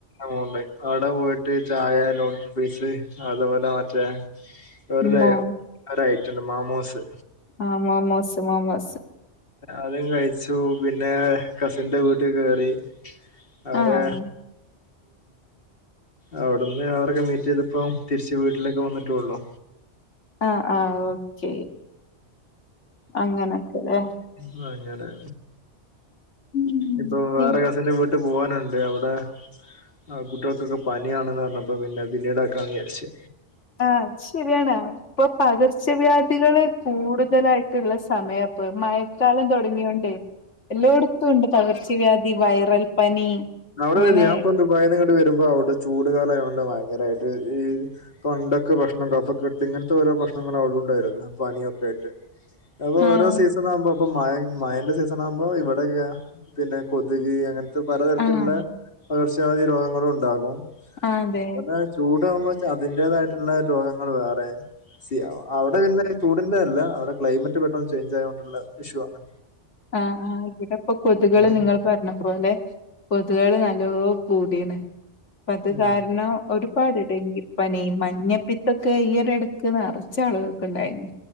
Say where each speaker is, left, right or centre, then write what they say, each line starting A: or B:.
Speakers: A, on the left (about 55°); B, on the left (about 90°).
A: ണ്ട് അവിടെ പോയിട്ട് ചായ ലോടട്ഫ്രൈസ് അതുപോലെ മറ്റേ വരുടെ
B: മോ
A: ഒരായിറ്റുണ്ട് മാമോസ്
B: ആഹമോമോസ് മോമോസ്.
A: അതും കഴിച്ചു. പിന്നെ കസിന്റെ വീട്ടിൽ കേറി. അവരെ
B: ആഹ്
A: അവിടുന്ന് അവരൊക്കെ മീറ്റ് ചെയ്തപ്പോ തിരിച്ച് വീട്ടിലേക്കെ വന്നിട്ടേള്ളു
B: ആഹ ആഹ ഓക്കെ. അങ്ങനക്കെല്ലേ.
A: ഇ അങ്ങനെ
B: ഉം
A: ഇപ്പൊ വേറെ കസിന്റെ വീട്ടു പോവാനുണ്ട്. അവിടെ ആ കുട്ടികൾക്കൊക്കെ പനിയാണെന്ന് പറഞ്ഞപ്പോ പിന്നെ പിന്നീട് ആക്കാന്ന് വിചാരിച്ചു.
B: ആഹ. അത്ശരിയാണ്. ഇപ്പൊ പകർച്ചവ്യാധികള് കൂടുതലായിട്ടുള്ള സമയം. ഇപ്പ മഴക്കാലം തുടങ്ങിയൊണ്ടെ എല്ലായിടത്തും ഉണ്ട് പകർച്ചവ്യാധി വൈറൽ പനി
A: അവിട
B: അങ്ങനെ
A: ഞൻപ്പ വയനങ്ങണ്ട് വരുമ്പോ അവിടെ ചൂട കാലം ആതുകൊണ്ട് ഭയങ്കരമായിട്ട് തൊണ്ടക്കെ പ്രശ്നം കഫക്കെട്ട് ഇങ്ങനത്തെ ഓരോ പ്രശ്നങ്ങൾ അവിട ഉണ്ടായിരുന്നു പനിയൊക്കെ ആയിട്ട് അപ്പൊ
B: ആഹ്
A: ഓരോ സീസൺ ആകുമ്പോ അപ്പ മഴ മഴന്റെ സീസണ ആകുമ്പോ ഇവിടെക്കെ പിന്നെ കൊതുകി അങ്ങനെ പലതരത്തിലുള്ള
B: ആഹ്
A: പകർച്ചവാതി രോഗങ്ങളും ഉണ്ടാകും
B: ആഹ് അതെ
A: അതുപോലെ ചൂടാകുമ്പോ അതിന്റേതായിട്ടുള്ള രോഗങ്ങൾ വേറെ സീ ആഹ് അവിടെ പിന്നെ ചൂടിൻ്റെ എല്ല അവിടെ ക്ലൈമറ്റ് പെട്ടെന്ന് ചേഞ്ച് ആയത്കൊണ്ടുള്ള ഇഷ്യൂ ആണ്
B: ആഹ് ആഹ് ഇവിടെ ഇപ്പൊ കൊതുകള്
A: ഉം.
B: നിങ്ങൾ പറ ഞ്ഞ പോലെ കൊതുകള് നല്ലോ കൂടിണ് അത്
A: ഉം.
B: കാരണം ഒരു ഒരുപാട് ഡങ്കിപ്പനീ മഞ്ഞപ്പിത്തൊക്കെ ഈ ഒരു ഇടക്ക് നിറച്ച് ആളുകൾക്ക് ഇണ്ടായിനി